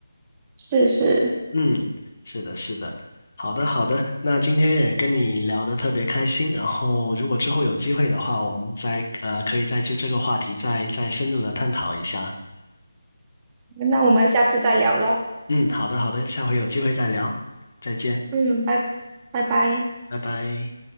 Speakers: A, on the right; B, on the left.
A: 是是，
B: 嗯，是的，是的，好的，好的，那今天也跟你聊得特别开心，然后如果之后有机会的话，我们再呃可以再就这个话题再再深入的探讨一下。
A: 那我们下次再聊了。
B: 嗯，好的，好的，下回有机会再聊，再见，
A: 嗯，拜拜拜。
B: 拜拜。